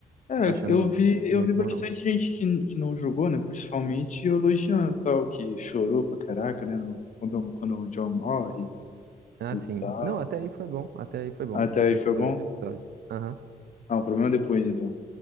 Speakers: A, on the left; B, on the right.
A: É,
B: tô achando
A: eu vi, eu
B: muito
A: vi bastante
B: bom, não.
A: gente que, que não jogou, né? Principalmente elogiando tal, que chorou pra caraca, né? no- Quando, quando o John morre
B: Ah,
A: e
B: sim.
A: tal.
B: Não, até aí foi bom, até aí foi bom,
A: Até
B: os
A: aí
B: dois
A: foi
B: primeiros
A: bom?
B: episódios. Aham,
A: Ah, o problema é depois, então.